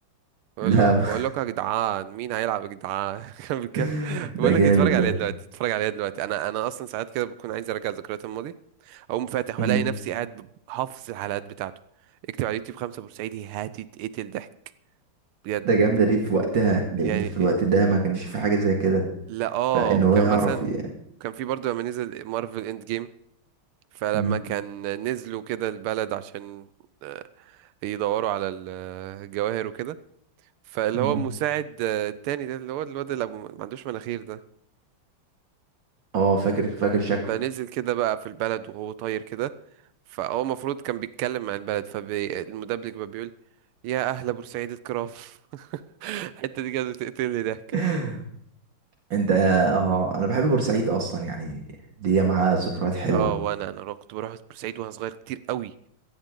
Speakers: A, on the right (about 85°); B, on the right (about 60°).
A: بقول
B: لا
A: له بقول لكم يا جدعان مين هيلعب يا جدعان <laughs> كان بيتكلم
B: <laughs>
A: بقول
B: ده
A: لك
B: جامد
A: اتفرج عليها
B: ده
A: دلوقتي اتفرج عليها دلوقتي انا انا اصلا ساعات كده بكون عايز ارجع ذكريات الماضي اقوم فاتح
B: مم.
A: والاقي نفسي قاعد حافظ الحلقات بتاعته اكتب على اليوتيوب خمسة بورسعيدي هتتقتل ضحك بجد
B: ده جامد ليه في وقتها لان
A: يعني
B: في الوقت
A: إيه،
B: ده ما كانش في حاجة زي كده
A: لا اه
B: فان
A: وكان
B: هو يعرف
A: مثلا
B: ي...
A: كان في برضه لما نزل مارفل اند جيم فلما
B: مم.
A: كان نزلوا كده البلد عشان آه، يدوروا على ال- آه، الجواهر وكده فاللي
B: مم.
A: هو مساعد آه، التاني ده اللي هو الواد اللي أبو- ما عندوش مناخير ده
B: اه فاكر فاكر شكله
A: فنزل كده بقى في البلد وهو طاير كده فهو المفروض كان بيتكلم مع البلد فالمدبلج بقى بيقول يا أهل بورسعيد الكرام <laughs> الحتة دي كانت بتقتلني ضحك
B: <laughs> انت اه انا بحب بورسعيد اصلا يعني دي معاها ذكريات حلوة
A: اه وانا انا رو- كنت بروح بورسعيد وانا صغير كتير قوي